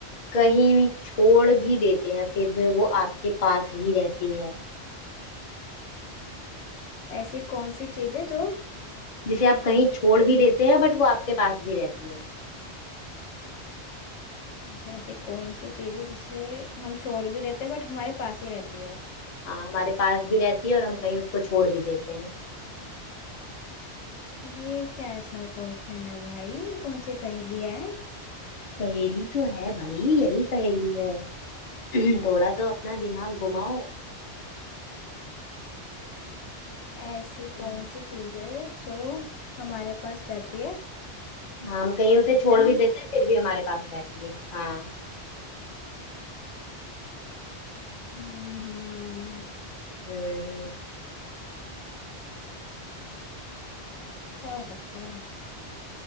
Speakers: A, on the left (about 45°); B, on the left (about 85°).
A: कहीं भी छोड़ भी देते हैं फिर भी वो आपके पास ही रहती है
B: ऐसी कौन सी चीज है जो
A: जिसे आप कहीं छोड़ भी देते हैं बट वो आपके पास भी रहती है
B: अच्छा ऐसी कौन सी चीज है जिसे हम छोड़ भी देते हैं बट हमारे पास ही रहती है
A: हाँ हमारे पास भी रहती है और हम कहीं उसको छोड़ भी देते हैं
B: ये कैसा क्वेश्चन है भाई ये कौन सी पहेली है
A: पहेली तो है भाई यही पहेली है <clears throat> थोड़ा तो अपना दिमाग घुमाओ
B: ऐसी
A: हम्म,
B: कौन सी चीज है जो हमारे पास रहती है
A: हाँ, हम कहीं उसे छोड़
B: है ना
A: भी देते हैं फिर भी हमारे पास रहती है हाँ
B: हम्म हम्म,
A: हम्म
B: क्या हो सकता है